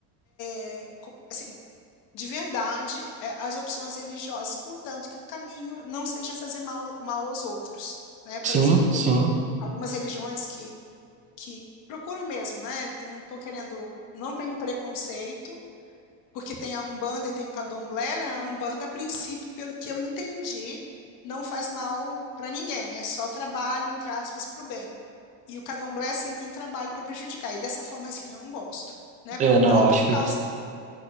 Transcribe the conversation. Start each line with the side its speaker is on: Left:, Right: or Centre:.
Left: eh, co- assim, de verdade é, as opções religiosas, contanto que o caminho não seja fazer mal, mal aos outros, né? Por
Right: Sim,
Left: exemplo, como
Right: sim.
Left: algumas religiões que, que procuram mesmo, né? Não estou querendo, não tenho preconceito, porque tem a Umbanda e tem o Candomblé, né? A Umbanda, a princípio, pelo que eu entendi, não faz mal para ninguém, é só trabalho, entre aspas, para o bem. E o Candomblé, sim, tem trabalho para prejudicar, e dessa forma, assim, eu não gosto, né?
Right: É, não,
Left: Não por
Right: acho que
Left: causa